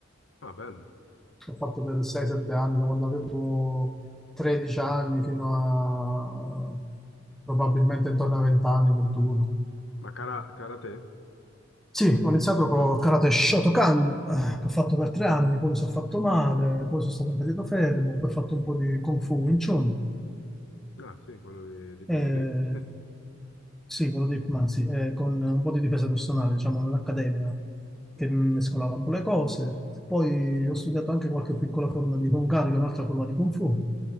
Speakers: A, on the left (about 80°); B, in the centre.
A: Ah, bello.
B: fatto per 6-7 anni, da quando avevo 13 anni fino a probabilmente intorno ai 20 anni, 21.
A: Ma cara- karate?
B: Sì, ho iniziato con karate Shotokan, eh, che ho fatto per tre anni, poi mi sono fatto male, poi sono stato un periodo fermo, poi ho fatto un po' di Kung Fu Wing Chun.
A: Ah, sì, quello di, di Bruce
B: Eh,
A: Lee. <laughs>
B: Sì, quello di Manzi, eh, con un po' di difesa personale, diciamo, all'accademia, che mescolava un po' le cose. Poi ho studiato anche qualche piccola forma di Kung Karate, un'altra forma di Kung Fu.